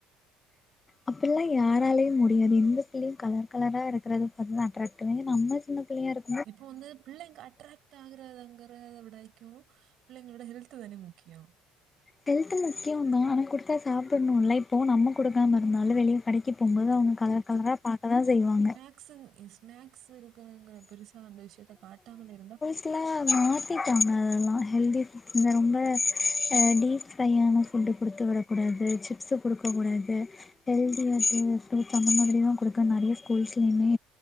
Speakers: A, on the left (about 25°); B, on the right (about 60°).
A: அப்டிலா யாராலயு முடியாது எந்த பிள்ளையு கலர்கலரா இருக்கறத பாத்துதா அட்ராக்டிவ் ஆகு நம்ம சின்ன பிள்ளையா இருக்
B: இப்போ வந்து பிள்ளைங்க அட்ராக்ட் டு ஆகிரதங்கறத விடைக்கு பிள்ளைங்களோட ஹெல்த் தானே முக்கியோ
A: ஹெல்த் முக்கியோ தா ஆனா குடுத்தா சாப்ட்ணும்ல இப்போ நம்ம குடுக்காம இருந்தாலு வெளிய கடைக்கு போபோது அவுங்க கலர் கலரா பாக்க தா செய்வாங்க
B: னாஸுங்க இ ஸ்நாக்ஸ் இருக்குங்கிங்றத பெருசா அந்த விஷ்யத்த காட்டாமல் இருந்தா
A: சில்ல மாத்திட்டாங்க அதெல்லா ஹெல்தி ஃபுட் இந்த ரொம்ப ஆ டீப் ஃப்ரையான ஃபுட்டு குடுத்து விடக்கூடாது சிப்ஸ்ஸு குடுக்கக்கூடாது ஹெல்தியாது ஃபுரூட்ஸ் அந்த மாறி தா குடுக்கறா நெறைய ஸ்கூல்ஸ்லயுமே